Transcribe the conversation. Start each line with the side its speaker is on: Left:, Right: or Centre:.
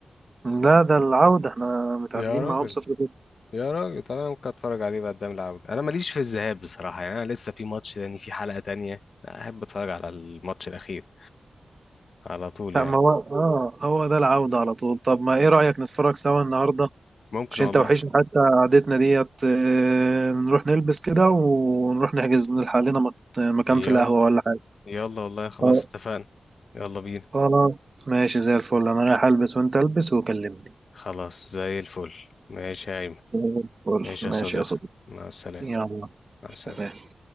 Right: لا ده العودة احنا متعادلين
Left: يا راجل
Right: معاهم صفر صفر
Left: يا راجل طب انا ممكن اتفرج عليه بقى قدام العودة انا ماليش في الذهاب بصراحة يعني انا لسه في ماتش تاني في حلقة تانية لا، احب اتفرج على الماتش الاخير على طول
Right: لا
Left: يعني
Right: ما هو اه هو ده العودة على طول طب ما ايه رأيك نتفرج سوا النهاردة
Left: ممكن
Right: عشان
Left: والله
Right: انت وحشني حتى قعدتنا ديت آه، نروح نلبس كده ونروح نحجز نلحق لنا مك- مكان
Left: يلا
Right: في القهوة ولا حاجة
Left: يلا والله خلاص
Right: آه،
Left: اتفقنا يلا بينا
Right: خلاص ماشي زي الفل انا رايح البس وانت البس وكلمني
Left: خلاص زي الفل ماشي يا ايمن
Right: زي الفل
Left: ماشي
Right: ماشي
Left: يا صديقي
Right: يا صديقي
Left: مع السلامة
Right: يلا
Left: مع السلامة
Right: سلام